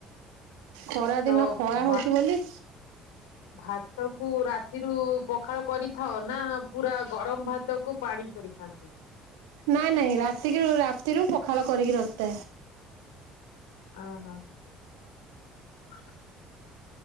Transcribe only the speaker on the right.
ଖରା
ଦିନ ଖରା
ହୋଉଚି ବୋଲି
ନାଇଁ ନାଇଁ ରାତିକିରୁ ରାତିରୁ ପଖାଳ କରିକି ରଖିଥାଉ।